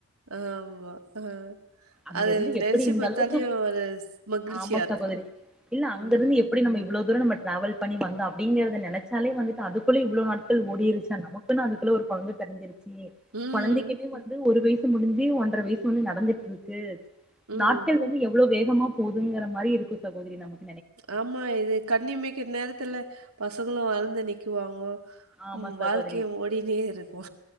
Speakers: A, on the right; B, in the centre.
A: ஆமா அ
B: அங்க
A: அது
B: இருந்து
A: நெனைச்சு
B: எப்டி இந்த
A: பாத்தாலே
B: அளவுக்கு
A: ஒரு மகிழ்ச்சியா
B: ஆமா
A: இருக்கு
B: சகோதரி இல்ல அங்க
A: ம்
B: இருந்து எப்டி நம்ம இவ்ளோ தூரோ டிராவல் பண்ணி வந்த அப்டிங்கறத நெனைச்சாலே வந்துட்டு அதுக்குள்ள இவ்ளோ நாட்கள் ஓடிடுச்சா நமக்கு அதுக்குள்ள ஒரு கொழந்த பெறந்திருச்சு
A: ம்.
B: கொழந்தைக்குமே
A: ம்.
B: வந்து ஒரு வயசு ஒரு வயசு முடிஞ்சு ஒன்றர வயசு வந்து நடந்துட்டு இருக்கு
A: ம்.
B: நாட்கள் வந்து எவ்ளோ வேகமா போகுதுங்கிற மாரி இருக்கு சகோதரி நமக்
A: ஆமா இது கண்ணிமைக்கு நேரத்துல பசங்களு வளந்து நிக்குவாங்கோ
B: ஆமா
A: ம் வாழ்க்கு
B: சகோதரி
A: ஓடினே இருக்கு